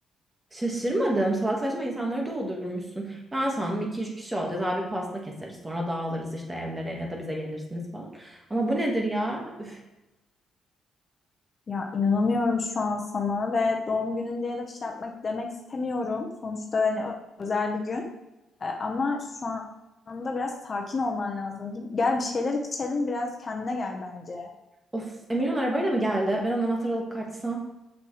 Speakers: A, on the right; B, on the left.
A: Şaşırmadım. Salak saçma insanları doldurmuşsun. Ben sandım iki üç kişi olacağız. Abi pasta keseriz. Sonra dağılırız işte evlere ya da bize gelirsiniz falan. Ama bu nedir ya? Üf,
B: Ya inanamıyorum şu an sana ve doğum günün diye de bir şey yapmak demek istemiyorum. Sonuçta hani ö- özel bir gün. E, ama şu anda biraz sakin olman lazım. Gel bir şeyler içelim biraz kendine gel bence.
A: Of Emirhan arabayla mı geldi? Ben onun anahtarı alıp kaçsam.